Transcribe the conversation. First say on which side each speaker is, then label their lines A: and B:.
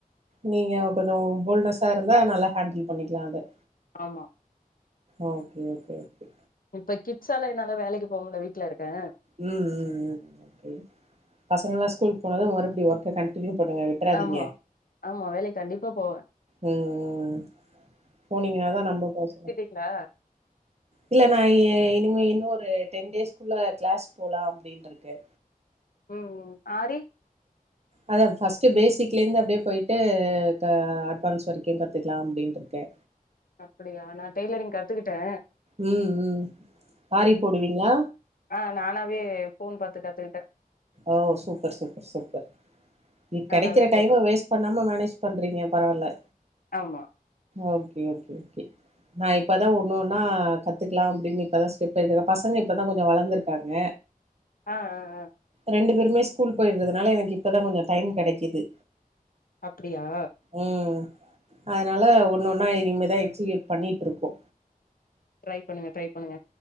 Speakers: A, on the right (about 45°); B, on the left (about 70°).
A: நீங்க கொஞ்சோ போல்னஸ்ஸா இருந்தா நல்லா ஹேண்டில் பண்ணிக்கலா அத
B: ஆமா
A: ஓகே ஓகே ஓகே
B: இப்ப கிட்ஸால என்னால வேலைக்கு போ முட்ல வீட்ல இருக்கே
A: ம் ம் ம் ஓகே பசங்கல்லா ஸ்கூல் போனாதா மறுபடி ஒர்க்க கன் ட்டினியூ பண்ணுங்க விட்றாதிங்க
B: ஆமா ஆமா வேலைக்கு கண்டிப்பா போவே
A: ம் ம் போனீங்கனாதா நம்ப பேசலா
B: ல்ல
A: இல்ல நா இ இனிமே இன்னோரு டென் டேஸ்க்குள்ள கிளாஸ் போலா அப்டின்ட்ருக்கே
B: ம் ம் ஆரி
A: அதா ஃபஸ்ட்டு பேஸிக்லேர்ந்து அப்டியே போய்ட்டு க அட்வான்ஸ் வரைக்கு கத்துக்கலா அப்டின்ட்ருக்கே
B: அப்படியா நா டெய்லரிங் கத்துக்கிட்டே
A: ம் ம் ஆரி போடுவீங்ளா
B: ஆ நானாவே ஃபோன் பத்து கத்துக்கிட்டே
A: ஓ சூப்பர் சூப்பர் சூப்பர் நீ
B: நானாவே
A: கெடைக்கிற
B: போட்டு
A: டைம வேஸ்ட் பண்ணாம மேனேஜ் பண்றீங்க பரவால்ல
B: ஆமா
A: ஓகே ஓகே ஓகே நா இப்பதா ஒன்னொன்னா கத்துக்கலா அப்டின்னு இப்பதா ஸ்டெப் எடுக்கறே பசங்க இப்ப தா கொஞ்சோ வளந்திருக்காங்க
B: ஆ ஆ ஆ
A: ரெண்டு பேருமே ஸ்கூல் போய்ட்றதுனால எனக் இப்பதா கொஞ்சோ டைம் கெடைக்குது
B: அப்பிடியா
A: ம் அதுனால ஒன்னு ஒன்னா இனிமேதா எக்ஸிகியூட் பண்ணிட்ருக்கோ
B: ட்ரை பண்ணுங்க ட்ரை பண்ணுங்க